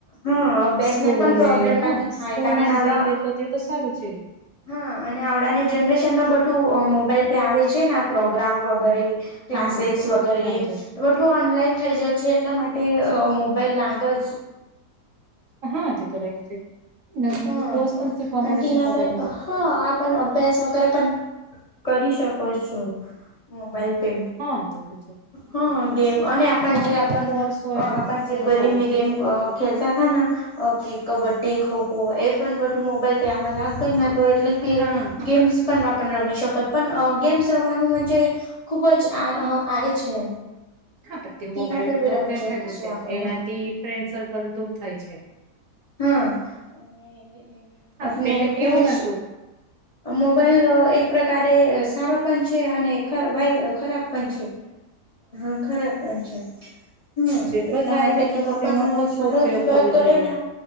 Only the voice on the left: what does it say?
હા અભ્યાસને
પણ
પ્રોબ્લેમ
નથી થાય
કારણ
આવડા
હા અને આવડાની જનરેશન માં બધું મોબાઈલ પે આવે છે ને પ્રોગ્રામ વગેરે ક્લાસીસ
વગેરે
બધું ઓનલાઈન થઈ જવું એટલા માટે મોબાઈલ <unintelligible>
હા
અને
તેના
પર
હા આ પણ અભ્યાસ વગેરે પણ કરી શકો છો મોબાઈલ પે
હા
ગેમ
અને આપ
જે આપ
આપ
જે
ગલી
મે
ગેમ ખેલતા થા ને કબડ્ડી ખોખો એ પણ બધું મોબાઈલ તેમાં લાગઈ ના તો એટલે તે
ગેમ્સ પણ રમી શકત પણ ગેમ્સ રમવાનુંજ ખુબ જ આ આવે છે
તેના
પર
બી રમી
શકીએ
આપણને
હા અને
આપને
ખુબ
જ
મોબાઈલ એક પ્રકારે સારો પણ છે અને <unintelligible> ખરાબ પણ છે હા ખરાબ પણ છે હમ
એટલા
માટે
કેનો
આપણ
સારો જ ઉપયોગ
કર્યો
ને